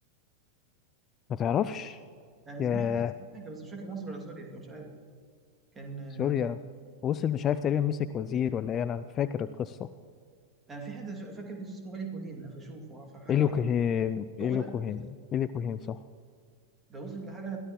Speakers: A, on the left; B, on the right.
A: ما تعرفش
B: انا
A: يا
B: سمعت اسم حاجه بس مش فاكر مصر ولا سوريا فمش عارف كان آه،
A: سوريا وصل مش عارف تقريبا مسك وزير ولا ايه انا فاكر القصه
B: انا في حد شا- فاكر اسمه الي كوهين فاشوفه حاجه
A: إليو
B: عربيه
A: كوهين إليو
B: هو ده
A: كوهين إليو كوهين صح
B: ده وصل لحاجة